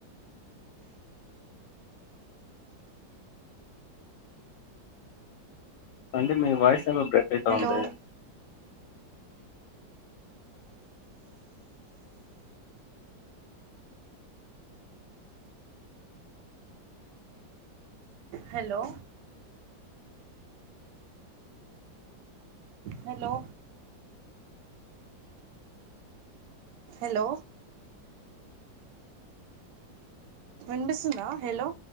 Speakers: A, on the left; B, on the right.
A: అండి మీ వాయిస్ ఏమో బ్రేక్ అయితావుంది
B: హలో హలో హలో హలో వినిపిస్తుందా హలో